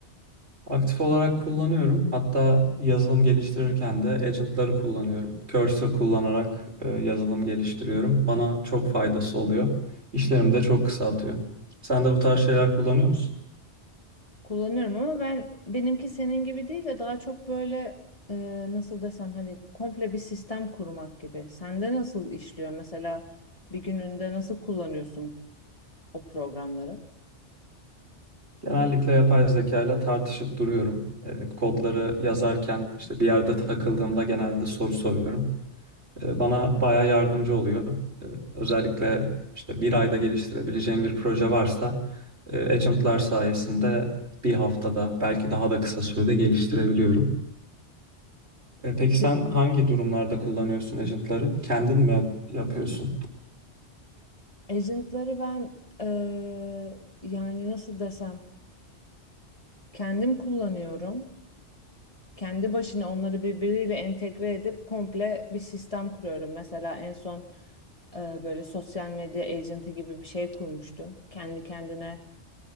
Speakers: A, on the right (about 70°); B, on the left (about 30°).
A: Aktif olarak kullanıyorum. Hatta yazılım geliştirirken de agentları kullanıyorum. Cursor kullanarak e, yazılım geliştiriyorum. Bana çok faydası oluyor. İşlerimi de çok kısaltıyor. Sen de bu tarz şeyler kullanıyor musun?
B: Kullanıyorum ama ben benimki senin gibi değil de daha çok böyle e, nasıl desem hani komple bir sistem kurmak gibi. Sende nasıl işliyor mesela bir gününde nasıl kullanıyorsun o programları?
A: Genellikle yapay zeka ile tartışıp duruyorum. E, kodları yazarken işte bir yerde takıldığımda genelde soru soruyorum. E, Bana bayağı yardımcı oluyor. E, Özellikle işte bir ayda geliştirebileceğim bir proje varsa e, agentlar sayesinde bir haftada belki daha da kısa sürede geliştirebiliyorum. E, Peki
B: Di-
A: sen hangi durumlarda kullanıyorsun agentları? Kendin mi yapıyorsun?
B: Agent'ları ben eee, yani nasıl desem kendim kullanıyorum. Kendi başına onları birbiriyle entegre edip komple bir sistem kuruyorum. Mesela en son eee, böyle sosyal medya agent'ı gibi bir şey kurmuştum. Kendi kendine